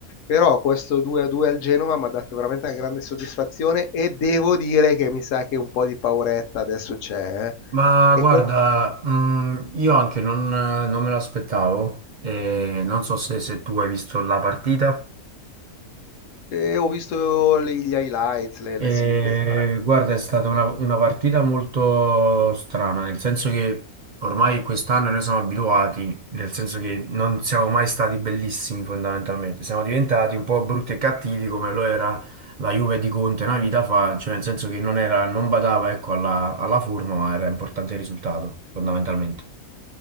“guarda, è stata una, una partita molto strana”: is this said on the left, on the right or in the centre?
Right